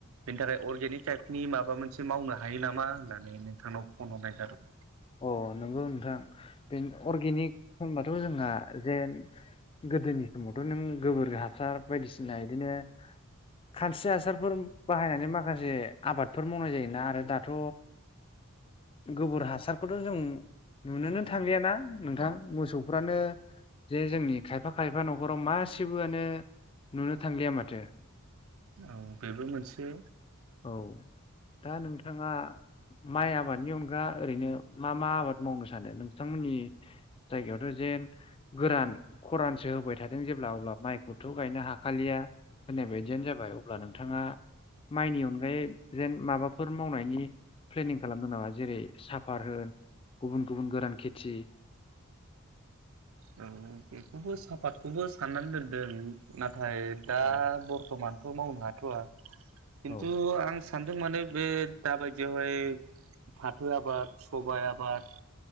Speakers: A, on the right; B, on the left.
A: बेनि थाखाय अर्गेनिक टाइपनि माबा मोनसे मावनो हायो नामा होननानै नोंथांनाव फन हरनाय जादोंमोन।
B: अ नंगौ नोंथां बे अर्गेनिक होनबाथ' जोंहा जेन गोदोनि समावथ' नों गोबोर हासार बायदिसिना बिदिनो खानस्रि हासारफोर बाहायनानै माखासे आबादफोर मावनाय जायोना आरो दाथ' गोबोर हासार खौथ' जों नुनोनो थांलियाना नोंथां मोसौफ्रानो जे जोंनि खायफा खायफा न'खराव मासेबोआनो नुनो थांलिया माथो।
A: औ बेबो मोनसे
B: औ दा नोंथाङा माइ आबादनि अनगा ओरैनो मा मा आबाद मावनो सानो? नोंथांमोननि जायगायावथ' जेन गोरान खरानसो होबाय थादों जेब्ला अब्ला माइखौथ' गायनो हाखालिया। होनाय बायदियानो जाबाय। अब्ला नोंथाङा माइनि अनगायै जेन माबाफोर मावनायनि प्लेनिं खालामदों नामा? जेरै सा फार होनोन गुबुन गुबुन गोरान खेथि
A: औ बेखौबो साफातखौबो साननानै दोनदों नाथाय दा
B: औ
A: बरथमानथ' मावनो हा खिथु
B: औ
A: आं सानदों माने बे दाबायदियावहाय फाथो आबाद सबाइ आबाद